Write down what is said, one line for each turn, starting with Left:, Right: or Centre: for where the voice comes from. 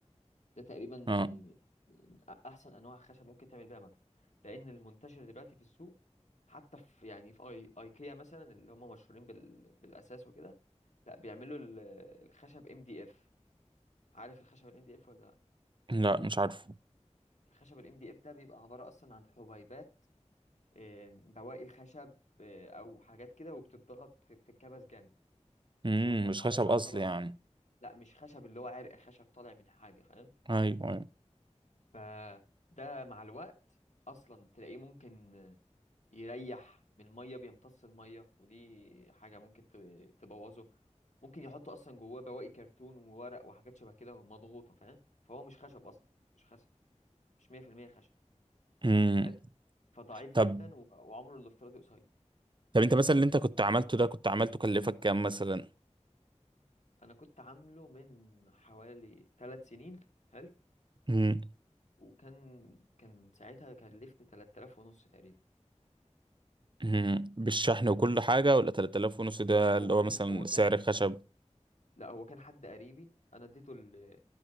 Left: ده تقريبا يعني
Right: آه.
Left: من أ- احسن انواع خشب ممكن تعمل بيها مكتب لان المنتشر دلوقتي في السوق حتى في يعني في اي ايكيا مثلا اللي هم مشهورين بال... بالاساس وكده لا بيعملوا ال- الخشب ام دي اف عارف الخشب الام دي اف ولا
Right: لا مش عارفه
Left: الخشب الام دي اف ده بيبقى عبارة اصلا عن حبيبات آه، بواقي خشب آه، او حاجات كده وبتتضغط بتتكبس جامد
Right: مم.
Left: ويحط
Right: مش
Left: عليها
Right: خشب
Left: بقى
Right: أصل
Left: طبقة
Right: يعني
Left: لا مش خشب اللي هو عرق خشب طالع من حاجة فاهم
Right: أيوه أيوه.
Left: فده مع الوقت اصلا تلاقيه ممكن آه، يريح من المية بيمتص المية ودي حاجة ممكن ت- تبوظه ممكن يحطوا اصلا جواه بواقي كرتون وورق وحاجات شبه كده مضغوطة فاهم فهو مش خشب اصلا مش خشب مش 100% خشب
Right: مم.
Left: حلو فضعيف
Right: طب
Left: جدا و- وعمره الافتراضي قصير
Right: طب أنت مثلا اللي أنت كنت عملته ده كنت عملته كلفك كام مثلا؟
Left: انا كنت عامله من حوالي ثلاث سنين حلو
Right: مم.
Left: وكان كان ساعتها كلفني 3000 ونص تقريبا
Right: مم. بالشحن وكل حاجة ولا 3000 ونص ده اللي
Left: هو
Right: هو
Left: كان
Right: مثلا
Left: هو كان
Right: سعر الخشب؟
Left: لا هو كان حد قريبي انا اديته ال...